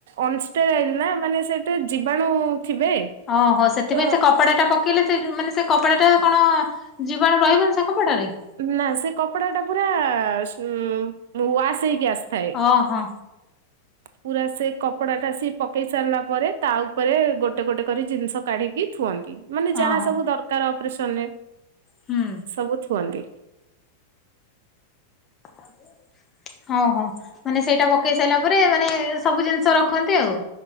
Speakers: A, on the right (about 55°); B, on the left (about 25°).
A: ଅନଷ୍ଟେରାଇଲ ନା ମାନେ ସେଇଟା ଜୀବାଣୁ ଥିବେ।
B: ଓହୋ ସେଥିପାଇଁ
A: ତ
B: ସେ କପଡା ଟା ପ ପକିଲେ ସେ ଯୁ ମାନେ ସେ କପଡା ଟା କଣ ଜୀବାଣୁ ରହିବନି ସେ କପଡାରେ?
A: ନା ସେ କପଡା ଟା ପୁରା ଶୁ ୱାସ ହେଇକି ଆସିଥାଏ।
B: ଓହୋ
A: ପୁରା ସେ କପଡା ଟା ସିଏ ପକେଇ ସାରିଲା ପରେ ତା ଉପରେ ଗୋଟେ ଗୋଟେ କରି ଜିନିଷ କାଢିକି ଥୁଅନ୍ତି। ମାନେ ଯାହା
B: ଓହୋ
A: ସବୁ ଦରକାର ଅପରେସନ ରେ
B: ହୁଁ
A: ସବୁ ଥୁଅନ୍ତି।
B: ଆବୁ ହଁ ହଉ ମାନେ ସେଇଟା ପକେଇ ସାରିଲା ପରେ ମାନେ ସବୁ ଜିନିଷ ରଖନ୍ତି ଆଉ।